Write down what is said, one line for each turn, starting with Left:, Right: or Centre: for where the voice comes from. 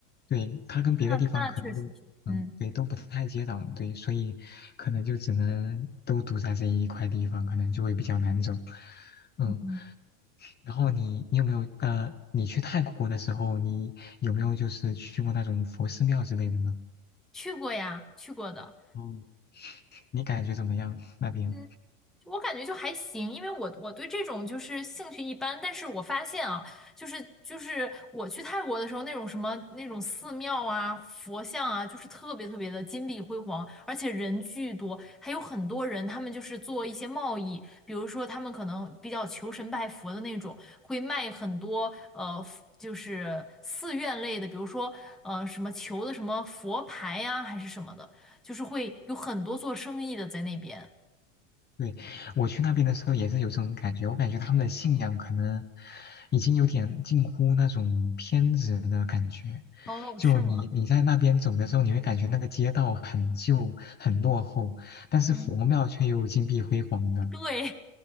Left: 对，它跟别的地方可能都，
Centre: 那那确实是，
Left: 嗯，
Centre: 嗯
Left: 对，都不太接壤，对，所以可能就只能都堵在这一块地方，可能就会比较难走。嗯，
Centre: 嗯，嗯
Left: 然后你你有没有呃，你去泰国的时候，你有没有就是去过那种佛寺庙之类的呢？
Centre: 去过呀，去过的。
Left: 嗯，你感觉怎么样那边？
Centre: 嗯。我感觉就还行，因为我我对这种就是兴趣一般，但是我发现啊，就是就是我去泰国的时候，那种什么那种寺庙啊、佛像啊，就是特别特别的金碧辉煌，而且人巨多，还有很多人，他们就是做一些贸易，比如说他们可能比较求神拜佛的那种，会卖很多呃。就是寺院类的，比如说，呃，什么求的什么佛牌呀、还是什么的，就是会有很多做生意的在那边。
Left: 对，我去那边的时候也是有这种感觉，我感觉他们的信仰可能已经有点近乎那种偏执的感觉。
Centre: 哦，
Left: 就你你在那边走的时候，
Centre: 是吗？
Left: 你会感觉那个街道很旧、很落后，但是佛庙却又金碧辉煌的。
Centre: 嗯，对，